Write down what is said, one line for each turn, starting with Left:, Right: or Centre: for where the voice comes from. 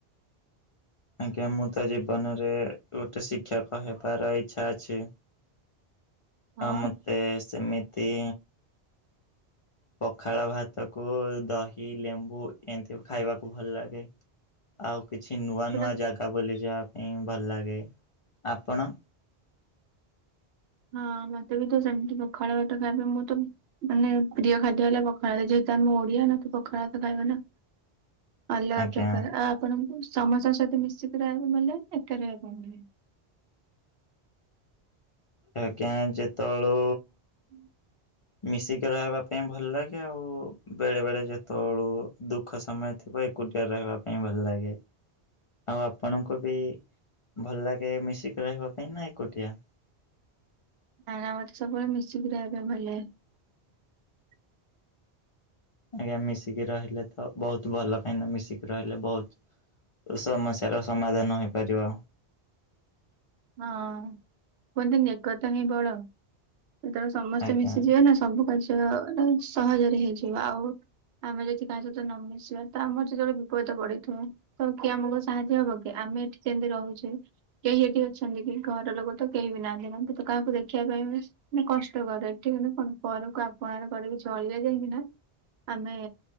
Left: ଆଜ୍ଞା ମୁଁ ତ ଜୀବନରେ ଗୋଟେ ଶିକ୍ଷକ ହେବାର ଇଛା ଅଛି।
Right: ହଁ
Left: ଆଉ ମତେ ସେମିତି ପଖାଳ ଭାତ କୁ ଦହି, ଲେମ୍ବୁ ଏମତି ଖାଇବାକୁ ଭଲ ଲାଗେ। ଆଉ କିଛି ନୂଆ
Right: ପୁରା
Left: ନୂଆ ଜାଗା ବୁଲି ଯିବା ପାଇଁ ଭଲ ଲାଗେ। ଆପଣ?
Right: ହଁ ମତେ ବି ତ ସେମିତି ପଖାଳ ଭାତ ଖାଇବା ପାଇଁ ମୁଁ ତ ମାନେ ପ୍ରିୟ ଖାଦ୍ୟ ହେଲା ପଖାଳ ଯେହେତୁ ଆମେ ଓଡିଆ ନା ତ ପଖାଳ ତ ଖାଇବା ନା। ଅଲଗା
Left: ଆଜ୍ଞା
Right: ପ୍ରକାର ଆ ଆପଣଙ୍କୁ? ସମସ୍ତଙ୍କ ସହିତ ମିଶିକି ରହିବା ପାଇଁ ଭଲ ଲାଗେ ନା ଏକା ରହିବା ପାଇଁ ଭଲ ଲାଗେ?
Left: ଆଜ୍ଞା ଯେତବେଳୁ
Right: ହୁଁ।
Left: ମିଶିକି ରହିବା ପାଇଁ ଭଲ ଲାଗେ ଆଉ ବେଳେ ବେଳେ ଯେତେବେଳୁ ଦୁଃଖ ସମୟ ଥିବ୍ ମୁଁ ଏକୁଟିଆ ରହିବା ପାଇଁ ଭଲ ଲାଗେ। ଆଉ ଆପଣଙ୍କୁ ବି ଭଲ ଲାଗେ ମିଶିକି ରହିବା ପାଇଁ ନା ଏକୁଟିଆ?
Right: ନାଇ ନା ମତେ ସବୁବେଳେ ମିଶିକି ରହିବା ପାଇଁ ଭଲ ଲାଗେ।
Left: ଆଜ୍ଞା ମିଶିକି ରହିଲେ ତ ବହୁତ ଭଲ କାହିଁକିନା ମିଶିକି ରହିଲେ ବହୁତ୍ ସମସ୍ୟାର ସମାଧାନ ହେଇପାରିବ।
Right: ହଁ କୁହନ୍ତିନି ଏକତା ହିଁ ବଳ। ଯେତବେଳେ ସମସ୍ତେ
Left: ଆଜ୍ଞା।
Right: ମିଶିଯିବେ ନା ସବୁ କାର୍ଯ୍ୟ ନା ସହଜରେ ହେଇଯିବ ଆଉ। ଆମେ ଯଦି କାହା ସହିତ ନ ମିଶିବା ତ ଆମର ଯେତେବେଳେ ବିପଦତା ପଡିଥିବଏ ତ କିଏ ଆମକୁ ସାହାଯ୍ୟ ହବ କି? ଆମେ ଏଠି ଯେମିତି ରହୁଚୁ କେହି ଏଠି ଅଛନ୍ତି କି ଘର ଲୋକ ତ କେହି ବି ନାହାନ୍ତି ଏବଂ ତୁ ତ କାହାକୁ ଦେଖିବା ପାଇଁ ବି ନି କଷ୍ଟକର ଏଠି ମାନେ କଣ ପରକୁ ଆପଣାର କରିକି ଚଳିଲେ ଯାଇଁକି ନା ଆମେ